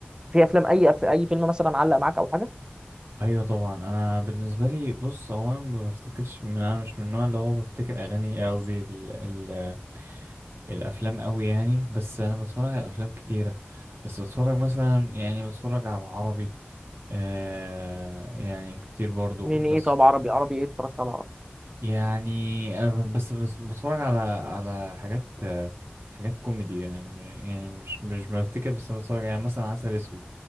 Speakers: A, on the right; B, on the right.
A: في افلام اي في اي فيلم مثلا علق معاك او حاجه
B: ايوه طبعا انا بالنسبه لي بص هو انا ما بفتكرش من انا مش من النوع اللي هو بفتكر اغاني إيه قصدي ال ال الافلام قوي يعني بس انا بتفرج على افلام كتيره بس بتفرج مثلا يعني بتفرج على عربي آه يعني كتير برضو
A: من
B: بس
A: ايه طب عربي عربي ايه اتفرجت على عربي
B: يعني أنا ب- بس بس بتفرج على على حاجات آه، حاجات كوميدي يعني م- يعني مش مش بفتكر بس بتفرج يعني مثلا عسل اسود